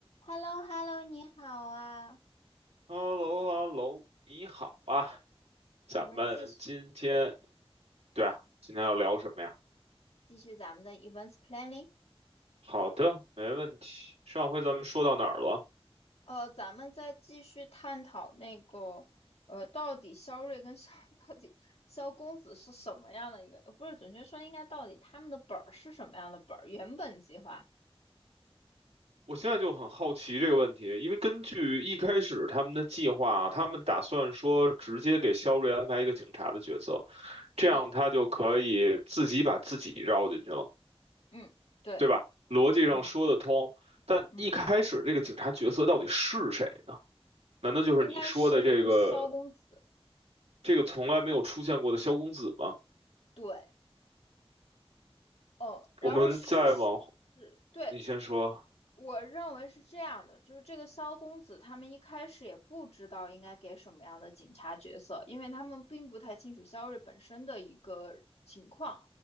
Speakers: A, on the left (about 85°); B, on the right (about 80°).
A: h e l l o h e l l o 你好啊，
B: h e l l o h e l l o 你好啊，
A: 我们继续
B: 咱们今天，对啊，今天要聊什么呀？
A: 继续咱们的 events planning。
B: 好的，没问题。上回咱们说到哪儿了？
A: 呃，咱们再继续探讨那个，呃，到底肖瑞跟肖 <laughs> 到底萧公子是什么样的一个，呃，不是，准确说应该到底他们的本儿是什么样的本儿？原本计划，
B: 我现在就很好奇这个问题，因为根据一开始他们的计划啊，他们打算说直接给肖瑞安排一个警察的角色，这样他就可以自己把自己绕进去了，
A: 对，嗯，对，
B: 对吧？逻辑上说得通，
A: 嗯
B: 但一开始这个警察角色到底是谁呢？
A: 嗯，
B: 难道就是你说的这个？
A: 应该是萧公子，
B: 这个从来没有出现过的萧公子吗？
A: 对，哦，然后是是，
B: 我们再往后，
A: 对，
B: 你先说，
A: 我认为是这样的，就是这个萧公子他们一开始也不知道应该给什么样的警察角色，因为他们并不太清楚萧睿本身的一个情况，